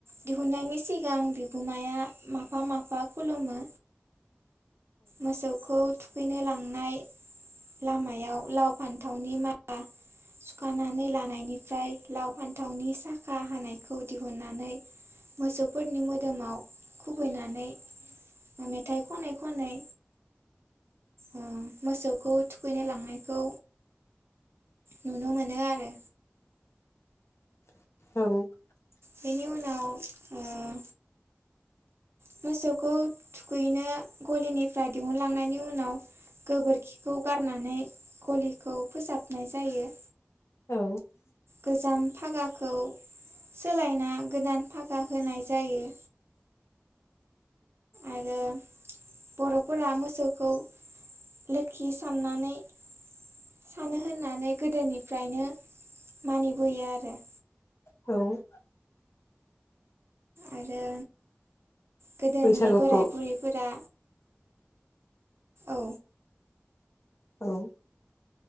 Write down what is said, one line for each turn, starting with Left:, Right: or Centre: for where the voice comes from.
Right: दिहुननायनि सिगां बिगोमाया माफा माफा खुलुमो मोसौखौ थुखैनो लांनाय लामायाव लाव फान्थावनि माला सुखानानै लानायनिफ्राय लाव फान थावनि साखा हानायखौ दिहुन्नानै मोसौफोरनि मोदोमाव खुबैनानै मेथाइ खनै खनै ओ मोसौखौ थुखैनो लांनायखौ नुनो मोनो आरो
Left: <inaudible>
Right: बिनि उनाव ओ मोसौखौ थुखैनो गलिनिफ्राय दिहुनलांनायनि उनाव गोबोरखिखौ गारनानै गलिखौ फोसाबनाय जायो
Left: औ
Right: गोजाम फागाखौ सोलायना गोदान फागा होनाय जायो। आरो बर'फोरा मोसौखौ लोखि साननानै सानो होननानै गोदोनिफ्रायनो मानिबोयो आरो
Left: औ
Right: आरो गोदोनि
Left: बैसागुखौ
Right: बोराय बुरैफोरा औ
Left: औ